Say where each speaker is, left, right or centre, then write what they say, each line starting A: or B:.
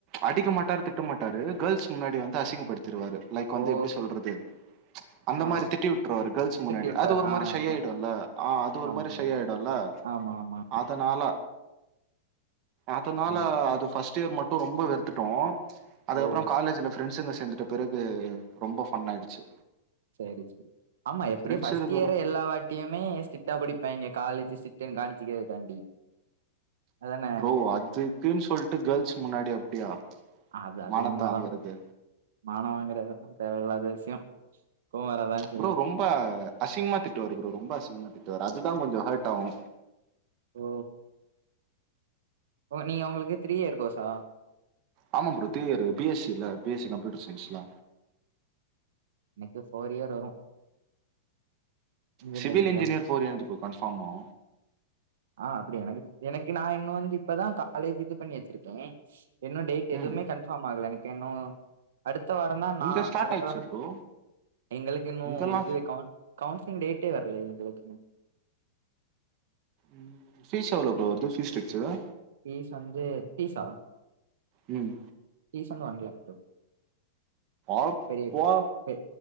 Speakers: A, on the right (about 40°); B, on the right (about 80°).
A: அடிக்க மாட்டாரு திட்ட மாட்டாரு கேர்ள்ஸ் முன்னாடி வந்து அசிங்கப்படுத் திருவாரு லைக் வந்து
B: ஓ
A: எப்டி சொல்றது அந்த
B: ஆ
A: மாரி திட்டி விட்ருவாரு கேர்ள்ஸ் முன்னாடி
B: திட்டி விட்டுறாரு
A: அது ஒரு மாரி
B: ஆ
A: ஷய் ஆயிடும்ல
B: ஆ
A: ஆ அது ஒரு
B: ஆமா
A: மாரி ஷய்
B: ஆமா
A: ஆயிடுல்ல
B: ஆமா ஆமா
A: அதனால அதனால
B: ஆ
A: அது ஃபஸ்ட் இயர் மட்டும் ரொம்ப வெறுத்துட்டோ அதுக்கப்புற
B: ஓ
A: காலேஜ்ல ஃப்ரெண்ட்ஸுங்க சேர்ந்துட்ட பிறகு ரொம்ப ஃபன் ஆயிடுச்சு
B: சேரி சே ஆமா எப்டியு
A: ஃப்ரெண்ட்ஸ்
B: ஃபஸ்ட்
A: இருக்கறோ
B: இயரே எல்லா வா த்தியுமே ஷ்ட்ரிக்ட்டா புடிப்பாங்க காலேஜ் ஷ்ட்ரிக்டுன்னு காமிச்சுக்கிறதுக்காண்டி அதானே
A: ப்ரோ அதுக்குன்னு சொல்லிட்டு கேர்ள்ஸ் முன்னாடி அப்டியா
B: அது அது
A: மானத்த
B: உண்ம
A: வாங்கறது
B: தா மானம் வாங்குறதெல்லா தேவையில்லாத விசியம் கோவ வரதா செய்யு
A: ப்ரோ ரொம்ப அசிங்கமா திட்டுவாரு ப்ரோ ரொம்ப அசிங்கமா திட்டுவார் அதுதா கொஞ்ச ஹர்ட் ஆகு
B: ஓ ஒ நீங்க உங்களுக்கு த்ரீ இயர் கோர்ஸ் ஆ
A: ஆமா bro three year B SC இல்ல பி எஸ்சி கம்யூட்டர் சயின்ஸ்ல
B: நெக்ஸ்ட் ஃபோர் இயர் வரு இன்ஜினியரிங்ல
A: சிவில் இன்ஜினியர் ஃபோர் இயந்து ப்ரோ கன்ஃபார்மா
B: ஆ அப்டியா எனக்கு எனக்கு நா இன்னு வந்து இப்பதா காலேஜ் இது பண்ணி வச்சிருக்கே இன்னு டேட் எதுவுமே
A: ம்
B: கன்ஃபார்ம் ஆகல எனக்கு இன்னு அடுத்த வாரந்தா நா
A: இங்க ஸ்டார்ட்
B: அடுத்த
A: ஆயிடுச்சு
B: வார
A: ப்ரோ
B: எங்களுக்கு இன்னு
A: இங்கெல்லா
B: இது கவுன் கவுன்சிலிங் டேட்டே வர்லயே எங்களுக்கு
A: ம் பீஸ் எவ்ளோ ப்ரோ வருது பீஸ் ஸ்ட்ரக்சரு
B: பீஸ் வந்து பீஸா
A: ம்
B: பீஸ் வந்து ஒன் லேக் ப்ரோ
A: அப்பா
B: பெரிய பெ